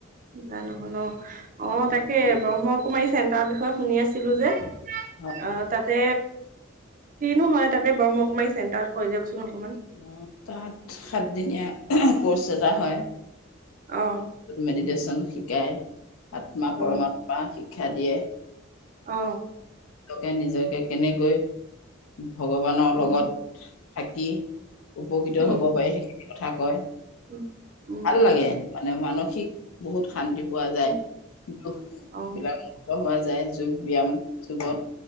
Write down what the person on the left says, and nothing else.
আৰু
অ, অ।
অ, তাত সাতদিনীয়া কৰ্চ এটা হয়।
মেডিটেচন শিকায়, আত্মা
পৰমাত্মা শিক্ষা দিয়ে।
লোকে নিজকে কেনেকৈ ভগৱানৰ
লগত থাকি উপকৃত
হ'ব পাৰি সেইখিনি কথা কয়,
ভাল লাগে। মানে মানসিক বহুত শান্তি পোৱা যায়,
দুখ
বিলাক ত হোৱা যায় যোগ ব্যায়াম যুগত,